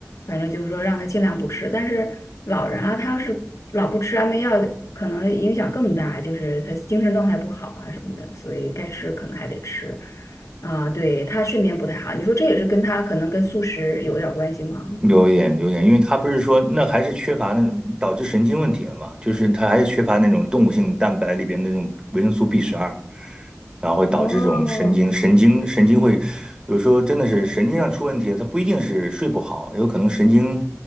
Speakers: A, on the left; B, on the right.
A: 反正就是说让他尽量不吃。但是老人啊，他要是老不吃安眠药，可能影响更大，就是他精神状态不好啊什么的，所以该吃可能还得吃。啊，对，他睡眠不太好，你说这也是跟他可能跟素食有点儿关系吗？
B: 有一点，有一点，因为他不是说那还是缺乏那种导致神经问题了嘛，就是他还是缺乏那种动物性蛋白里边的那种维生素 B 十二，然后会导致这种神经神经神经会有时候真的是神经上出问题，
A: 哦，
B: 它不一定是睡不好，有可能神经